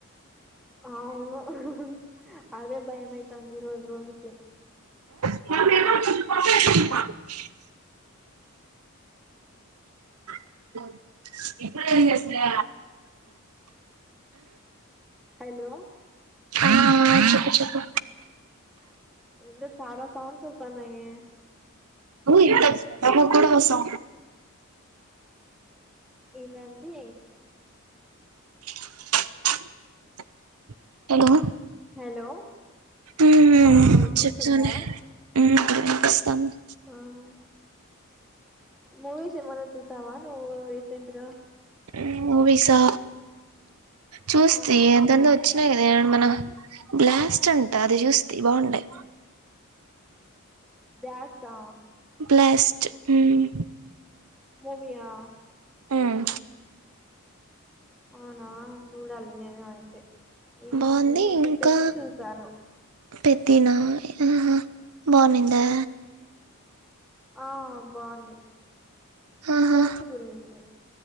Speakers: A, in the centre; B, on the right.
A: అవును హు హ్ అదే భయం అయితాంది రోజు రోజుకి
B: <unintelligible> <inaudible> ఇప్పుడు ఏం చేస్తలేదా
A: హలో
B: ఆ ఆ చెప్పు చెప్పు
A: ఎంటో చాలా సౌండ్స్ వస్తన్నాయే
B: ఇంత సౌండ్ కూడా వసా
A: ఏమైంది
B: <unintelligible> హలో
A: హలో
B: ఉమ్
A: ఆ వినిపిస్తుందా
B: చెప్పండి ఇప్పుడు వినిపిస్తోంది
A: ఆ మూవీస్ ఏం అన్న చూసావా నువ్వు రిసెంట్గా
B: ఉమ్ మూవిసా చూస్తి
A: ఆ
B: ఏందేందో వచ్చినాయి అదే మన బ్లాస్ట్ అంట అది చూస్తీ బాగుండే
A: భ్యాస్టా
B: బ్లాస్ట్ మ్
A: మూవీ ఆ
B: మ్
A: అవునా చుడాలి నేను అయితే ఇం
B: బాగుంది
A: నేను
B: ఇంకా
A: పెద్ది చూసాను.
B: పెద్దినా ఆ ఆహ బాగుండిందా
A: ఆ బాగుంది
B: ఆహా
A: స్పోర్ట్స్ గురించి